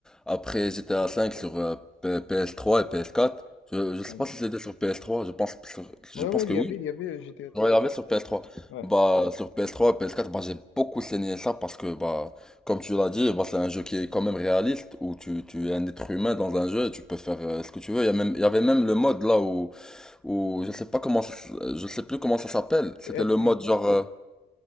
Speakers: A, in the centre; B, on the left (about 75°).
A: Après GTA 5 sur euh, P- PS3 et PS4. Je, je sais
B: Ouais,
A: pas si c'était sur PS3. Je pense, sur-
B: ouais,
A: je pense que
B: il y
A: oui.
B: avait, il y avait GTA.
A: Ouais, Royal sur PS3.
B: Ouais.
A: Bah, sur PS3, PS4, bah, j'ai beaucoup saigné ça parce que, bah, comme tu l'as dit, bah, c'est un jeu qui est quand même réaliste où tu, tu es un être humain dans un jeu et tu peux faire euh, ce que tu veux. Il y a même, il y avait même le mode là où, où je sais pas comment, ça s- je sais plus comment ça s'appelle. C'était
B: Le RP.
A: le mode genre, euh,